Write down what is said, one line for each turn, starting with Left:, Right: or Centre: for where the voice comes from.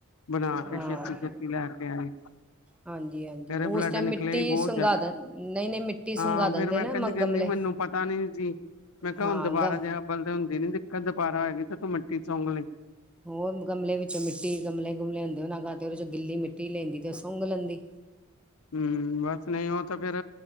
Left: ਬਣਾ ਕੇ
Centre: ਹਾਂ
Left: ਛੇਤੀ- ਛੇਤੀ ਲੈ ਕੇ ਆਏ
Centre: ਹਾਂਜੀ- ਹਾਂਜੀ
Left: ਤੇਰੇ
Centre: ਉਸ
Left: ਬਲੱਡ
Centre: ਟਾਈਮ
Left: ਨਿਕਲੇ
Centre: ਮਿੱਟੀ
Left: ਹੀ ਬਹੁਤ
Centre: ਸੰਘਾ
Left: ਜ਼ਿਆਦਾ
Centre: ਦੇ, ਨਹੀਂ- ਨਹੀਂ ਮਿੱਟੀ ਸੰਘਾ
Left: ਹਾਂ
Centre: ਦਿੰਦੇ
Left: ਫੇਰ ਮੈਂ
Centre: ਨੇ
Left: ਕਹਿੰਦੀ
Centre: ਮ
Left: ਕਹਿੰਦੀ
Centre: ਗਮਲੇ
Left: ਮੈਨੂੰ ਪਤਾ ਨੀ ਜੀ, ਮੈਂ ਕਿਹਾ
Centre: ਹਾਂ
Left: ਹੁਣ ਦੁਬਾਰਾ
Centre: ਗਮ
Left: ਜਿਹੜਾ ਬਣਦਾ ਤੇ ਹੁੰਦੀ ਨੀ ਦਿੱਕਤ ਦੁਬਾਰਾ ਹੋਏਗੀ ਤੇ ਤੂੰ ਮਿੱਟੀ ਚੁੰਘ ਲਈ
Centre: ਹੋਰ ਗਮਲੇ ਵਿੱਚੋਂ ਮਿੱਟੀ ਗਮਲੇ, ਗਮਲੇ ਹੁੰਦੇ ਉਹਦੇ ਚੋਂ ਗਿੱਲੀ ਮਿੱਟੀ ਲੈਂਦੀ ਤੇ ਉਹ ਸੁੰਘ ਲੈਂਦੀ
Left: ਹਮ ਬਸ ਨਹੀਂ ਉਹ ਤਾਂ ਫਿਰ,